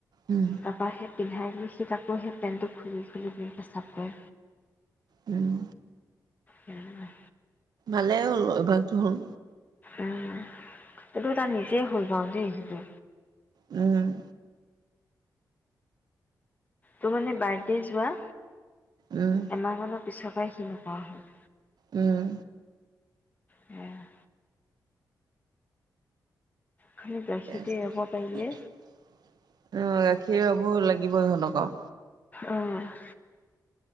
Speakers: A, on the right (about 70°); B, on the left (about 25°).
A: উম,
B: তাৰপা সে পিন্ধাই দে সি তকো সি পেণ্টটো খুলি খুলি পেচাব কৰে
A: উম
B: উম
A: খালে হ'ল এভাগতো হল
B: উম <unintelligible> সেইটো টা নিজে হ'ল বাও দেই সেইটো
A: উম
B: তোৰ মানে বাৰ্থডে যোৱা
A: উম,
B: এমাহ মানৰ পিছত <unintelligible> নকোৱা হয়
A: উম
B: উ <inaudible> খালি গাখীৰটো
A: <unintelligible>
B: এৰাব পাৰিলে
A: আ উ গাখীৰ হব লাগিব ইহঁতক আও
B: আহঁ <inaudible>